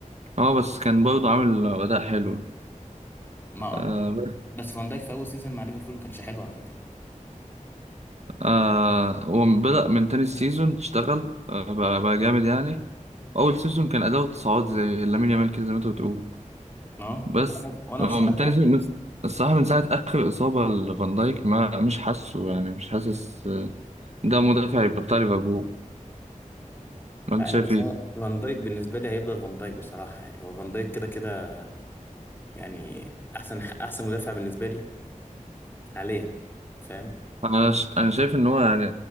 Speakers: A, on the right; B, on the left.
A: اه بس كان برضه عامل أداء حلو
B: ما اه
A: آه بس-
B: بس فان دايك في اول سيزون مع ليفربول ما كانش حلو على فكره
A: آه وبدأ من تاني سيزون اشتغل آه بقى بقى جامد يعني أول سيزون كان أداؤه تصاعد زي لامين يامال كده زي ما أنت بتقول
B: ما اه
A: بس
B: وانا وأنا
A: هو
B: بصراحه
A: من تاني سيزون- من الصراحة من ساعة آخر إصابة لفان دايك ما مش حاسه يعني مش حاسس آه، ده مدافع يبقى بتاع ليفربول
B: مش
A: وأنت
B: عارف
A: شايف
B: بس
A: إيه؟
B: هو فان دايك بالنسبه لي هيفضل فان دايك بصراحه يعني هو فان دايك كده كده يعني احسن احسن مدافع بالنسبه لي حاليا فاهم
A: أنا ش... أنا شايف إن هو يعني